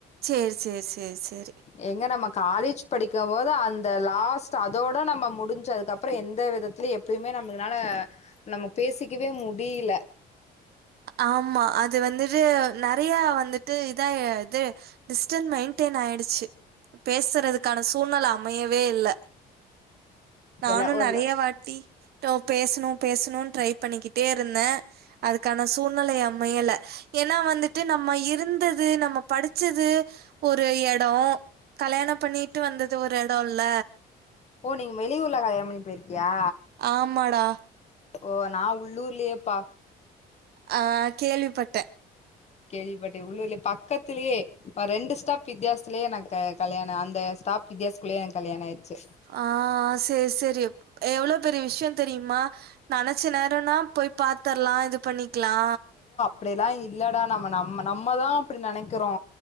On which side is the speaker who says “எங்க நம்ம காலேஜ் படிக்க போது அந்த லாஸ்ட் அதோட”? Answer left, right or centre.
Left